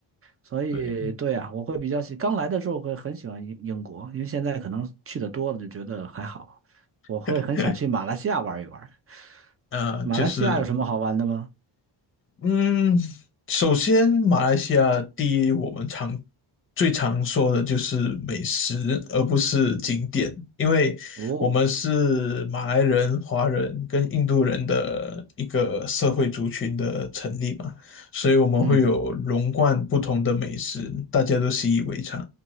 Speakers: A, on the right; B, on the left.
A: 所以，
B: 对，
A: 对啊，我会比较喜，刚来的时候会很喜欢英英国，因为现在可能去的多了就觉得还好。我会很想去马来西亚玩一玩。
B: <laughs> 呃，
A: 马来西亚有什么好玩的吗？
B: 就是。嗯，首先，马来西亚第一，我们常最常说的就是美食，而不是景点，因为我们是马来人、
A: 哦，
B: 华人跟印度人的一个社会族群的成立嘛，所以我们会有融贯不同的美食，
A: 嗯，
B: 大家都习以为常，